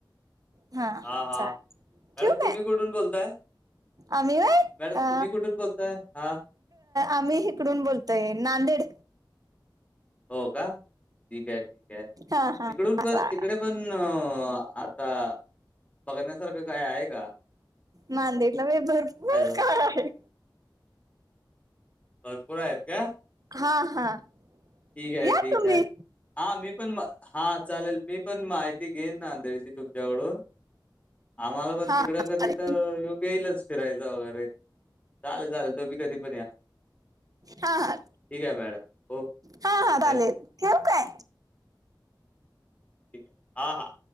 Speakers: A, on the right; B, on the left.
A: हा,
B: हां,
A: हा.
B: हां.
A: चालेल
B: मॅडम
A: ठ्यू
B: तुम्ही
A: काय?
B: कुठून बोलताय?
A: आम्ही व्हय
B: मॅडम
A: अ
B: तुम्ही कुठून बोलताय? हां.
A: आम्ही इकडून बोलतोय नांदेड.
B: हो का? ठीक आहे, ठीक आहे.
A: हा हा
B: तिकडून
A: हा,
B: प
A: चालेल
B: तिकडे पण आता बघण्यासारखं काय आहे का?
A: नांदेडला‌ होय भरपूर
B: हॅलो.
A: काय आहे.
B: भरपूर आहेत का?
A: हा, हा.
B: ठिक हाय,
A: या
B: ठिक
A: तुम्ही.
B: हाय. हा मी पण हा चालेल मी पण माहिती घेईन. नांदेडची तुमच्याकडून. आम्हाला पण
A: हा
B: तिकडं
A: हा, चालेल.
B: कधी तर यो गेईलच, फिरायला जावणारे. चाले चालेल तुम्ही कधीपण या.
A: हा हा
B: ठीक आहे मॅडम, हो.
A: हा हा चालेल,
B: धन्यवाद.
A: ठेऊ काय?
B: ठीक आहे, हा हा.